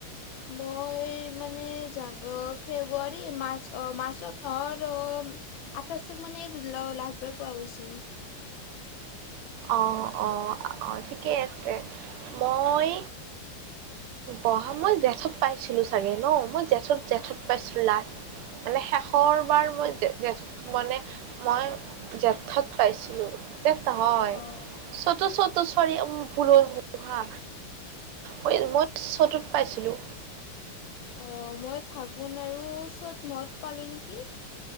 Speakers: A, on the left; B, on the right.
A: মই মানে জানো ফেব্ৰুৱাৰী মাৰ্চ অ' মাৰ্চৰ মাহৰ আঠাইছ তাৰিখ মানে লা লাষ্টবাৰ পোৱা গৈছিল।
B: অঁ অঁ অঁ ঠিকেই আছে, মই বহা মই জেঠত পাইছিলো চাগে ন মই জেঠত জেঠত পাইছিলো লাষ্ট। মানে শেষৰ বাৰ মই, জে জেঠ মানে মই জেঠত পাইছিলো যেঠ নহয়
A: অ'।
B: চত চ চৰি ভুল হা পই মই চতত পাইছিলো।
A: অঁ মই ফাগুন আৰু চ'ত মাহত পালো নেকি।